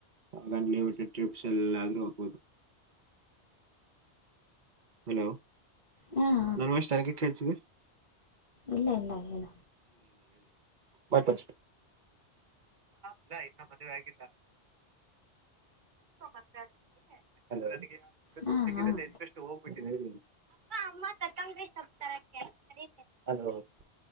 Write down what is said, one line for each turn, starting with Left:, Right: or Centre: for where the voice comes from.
Right: ಆ ಲಿಮಿಟೆಡ್ ಟ್ರಿಪ್ಸ್ ಎಲ್ಲಾದ್ರೂ ಹೋಗಬೋದು. ಹಲೋ
Left: ಹಾಂ ಹಾಂ
Right: ನನ್ ವಯಸ್ ಚೆನ್ನಾಗೆ ಕೇಳ್ತಿದ್ದಿ.
Left: ಇಲ್ಲ ಇಲ್ಲ ಹೇಳ.
Right: ವಾಪಸ ಇಲ್ಲ ಇನ್ನ ಮದುವೆ ಆಗಿಲ್ಲ ಮತ್ತೆ <unintelligible> ಇ
Left: ಹಾಂ
Right: ಹುಡುಗಿದಲ್ಲ
Left: ಹಾಂ
Right: ಇಂಟೆಸ್ಟ್ ಹೋಗ್ಬಿಟ್ಟಿದೆ <unintelligible> ತರಕಾರಿ ಸೊಪ್ಪ ತರಕೆ <unintelligible>